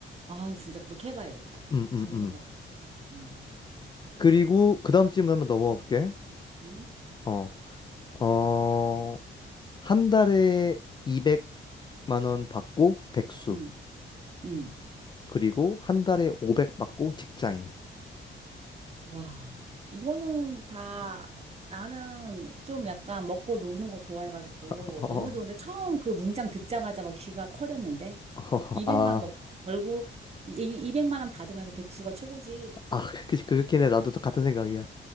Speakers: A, on the right; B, on the left.
A: 아, 진짜 그렇게 해봐야겠다.
B: 음, 음,
A: 좋은
B: 음.
A: 생각. 응,
B: 그리고 그 다음 질문 한번 넘어가 볼게.
A: 음? 응,
B: 어, 어, 한 달에 200만 원 받고 백수.
A: 응. 응.
B: 그리고 한 달에 500 받고 직장인.
A: 와, 이거는 다 나는 좀 약간 먹고 노는 거 좋아해가지고
B: <laughs> 어,
A: 너무 좋은데 처음 그 문장 듣자마자 막 귀가 커졌는데
B: 어,
A: 200만
B: 아.
A: 원 먹, 벌고 이- 이- 200만 원 받으면서 백수가 최고지.
B: 아, <laughs> 그, 그렇긴 해. 나도 또 같은 생각이야.